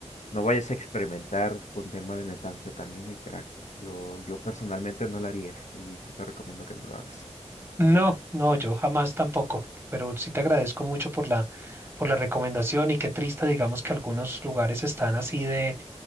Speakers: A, on the left; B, on the right.
A: no vayas a experimentar con tema de metanfetamina y crack. Yo, yo personalmente no lo haría y yo te recomiendo que no lo hagas.
B: No, no, yo jamás tampoco, pero sí te agradezco mucho por la, por la recomendación y qué triste, digamos que algunos lugares están así de,